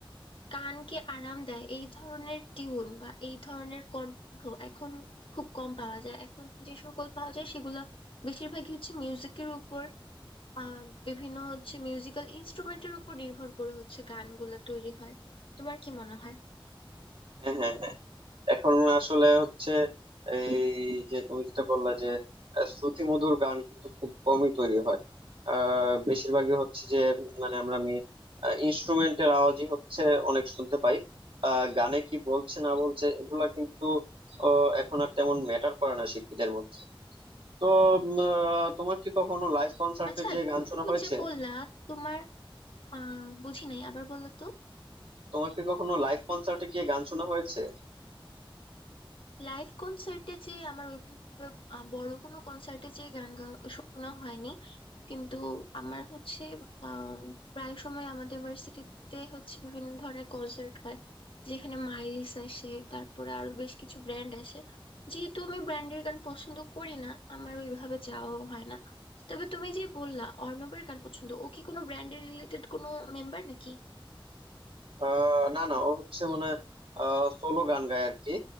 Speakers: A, on the left (about 70°); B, on the right (about 70°).
A: কানকে আরাম দেয় এই ধরনের টিউন বা এই ধরনের কণ্ঠ এখন খুব কম পাওয়া যায় এখন যে সকল পাওয়া যায় সেগুলো বেশিরভাগই হচ্ছে মিউজিকের উপর আহ বিভিন্ন হচ্ছে মিউজিক্যাল ইনস্ট্রুমেন্টের উপর নির্ভর করে হচ্ছে গানগুলো তৈরি হয় তোমার কি মনে হয়
B: হ্যাঁ হ্যাঁ হ্যাঁ এখন আসলে হচ্ছে এই যে তুমি যেটা বললা যে আহ, শ্রুতিমধুর গান কিন্তু খুব কমই তৈরি হয় আহ বেশিরভাগই হচ্ছে যে মানে আমরা ইনস্ট্রুমেন্টের আওয়াজই হচ্ছে অনেক শুনতে পাই আহ গানে কি বলছে না বলছে এগুলা কিন্তু আহ, এখন আর তেমন ম্যাটার করে না শিল্পীদের মধ্যে তো উম, আহ, তোমার কি কখনো লাইভ কনসার্টে
A: আচ্ছা
B: যে গান শোনা
A: তুমি
B: হয়েছে
A: যে বললা তোমার আহ বুঝি নাই আবার বলো তো
B: তোমার কি কখনো লাইভ কনসার্টে গিয়ে গান শোনা হয়েছে
A: লাইভ কনসার্টে যে আমার ওইভাবে আহ, বড় কোনো কনসার্টে যে গান গা শোনা হয়নি কিন্তু আমার হচ্ছে আম, প্রায় সময় আমাদের ভার্সিটিতে হচ্ছে বিভিন্ন ধরনের কনসার্ট হয় যেখানে মাইরিস আসে তারপরে আরো বেশ কিছু ব্র্যান্ড আসে যেহেতু আমি ব্র্যান্ডের গান পছন্দ করি না আমার ওইভাবে যাওয়া হয় না তবে তুমি যে বললা অর্ণবের গান পছন্দ ও কি কোনো ব্র্যান্ডের রিলেটেড কোনো মেম্বার নাকি
B: আহ না না ও হচ্ছে মানে সোলো গান গায় আর কি